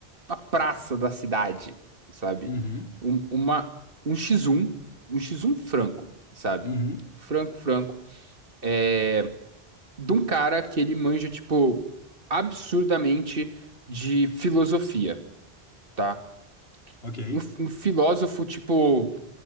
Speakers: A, on the right (about 60°); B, on the left (about 80°).
A: na praça da cidade, sabe?
B: Uhum,
A: Um, uma, um x um um x um franco, sabe?
B: uhum,
A: Franco, franco. É, De um cara que ele manja, tipo, absurdamente de filosofia. tá?
B: ok.
A: um, f- um filósofo, tipo,